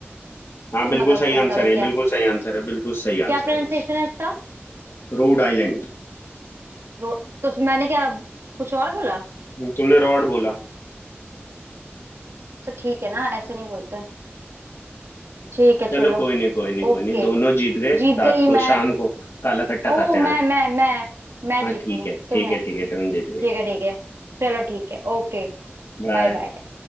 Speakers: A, on the left; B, on the right.
A: हाँ
B: तुम
A: बिल्कुल
B: बता
A: सही
B: दो
A: आंसर
B: तुम बता दो
A: है
B: क्या
A: बिल्कुल
B: है
A: सही आंसर है बिल्कुल सही
B: क्या
A: आंसर
B: प्रोनाउंसिएशन
A: है
B: है इसका
A: Rhode Island
B: रो तो मैंने क्या कुछ और बोला
A: तुमने रॉड बोला
B: अच्छा ठीक है ना ऐसे नहीं बोलते ठीक है चलो
A: चलो कोई नहीं कोई नहीं कोई
B: ओके
A: नहीं दोनों जीत गए
B: जीत
A: रात
B: गई
A: को
B: मैं
A: शाम को काला खट्टा
B: ओ
A: खाते
B: मैं
A: हैं आज
B: मैं मैं मैं
A: हाँ
B: जीती
A: ठीक
B: हूँ
A: है
B: तुम
A: ठीक
B: नहीं
A: है ठीक है तुम जीत गई
B: ठीक है ठीक है चलो ठीक है ओके
A: बाय
B: Bye bye